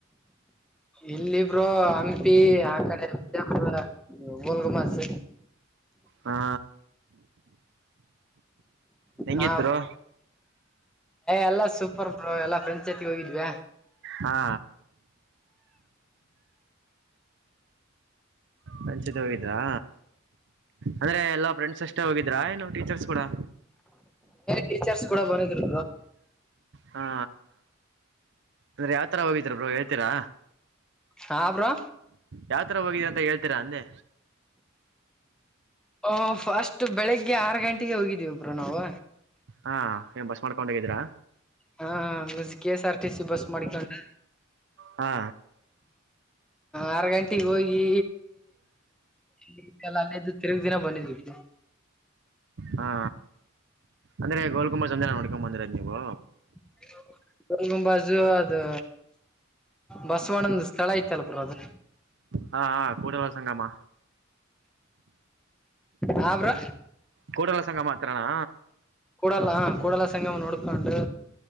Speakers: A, in the centre; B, on the right (about 60°).
A: ಇಲ್ಲಿ ಬ್ರೋ ಹಂಪಿ ಆ ಕಡೆ ವಿಜಾಪುರ ಗೋಲ್ ಗುಂಬಜ್
B: ಹಾ ಹೆಂಗಿತ್
A: ಹಾ
B: ಬ್ರೋ
A: ಬ ಎಲ್ಲಾ ಸೂಪರ್ ಬ್ರೋ ಎಲ್ಲಾ ಫ್ರೆಂಡ್ಸ್ ಜೋತಿಗೆ ಹೋಗಿದ್ವಿ
B: ಹಾ ಫ್ರೆಂಡ್ಸ್ ಜೊತೆ ಹೋಗಿದ್ರಾ ಅಂದ್ರೆ ಎಲ್ಲಾ ಫ್ರೆಂಡ್ಸ್ ಅಷ್ಟೇ ಹೋಗಿದ್ರಾ ಏನು ಟೀಚರ್ಸ್ ಕೂಡಾ
A: ಟೀಚೆರ್ಸ್ ಕೂಡಾ ಬಂದಿದ್ರು ಬ್ರೋ
B: ಹಾ ಅಂದ್ರೆ ಯಾವತರಾ ಹೋಗಿದ್ರ ಬ್ರೋ ಹೇಳ್ತೀರಾ
A: ಹಾ ಬ್ರೋ
B: ಯಾವ್ ತರಾ ಹೋಗಿದ ಅಂತಾ ಹೇಳ್ತೀರಾ ಅಂದೆ
A: ಹ ಫಸ್ಟ್ ಬೆಳಿಗ್ಗೆ ಆರು ಗಂಟೆಗೆ ಹೋಗಿದಿವಿ ಬ್ರೋ ನಾವು
B: ಹಾ ಏನ್ ಬಸ್ ಮಾಡ್ಕೊಂಡ ಹೋಗಿದೀರಾ
A: ಹಾ K S R T C bus ಮಾಡಿಕೊಂಡು
B: ಹಾ
A: ಆರ ಗಂಟೆಗೆ ಹೋಗಿ ಇ ಕಲ್ಲ ಅಲ್ಲೇದು ತಿರುಗ ದಿನ ಬಂದಿದಿವಿ
B: ಹಾ ಅಂದ್ರೆ ಗೋಲ್ ಗುಮ್ಮಜ್ ಒಂದೇ ನೋಡ್ಕೊಂಡ್ ಬಂದಿರೊದಾ ನೀವು
A: <unintelligible> ಸಲ್ಗಂಬಾಜು ಅದು ಬಸವಣ್ಣಂದ್ ಸ್ಥಳ ಐತಲ್ ಬ್ರೋ ಅದು
B: ಹಾ ಹಾ ಕೂಡವಸಂಗಮಾ
A: ಹಾ ಬ್ರೋ
B: ಕೂಡಲಸಂಗಮ ಹತ್ರಾನಾ
A: ಕೂಡಲ ಕೂಡಲ ಸಂಗಮ ನೋಡ್ಕೊಂಡು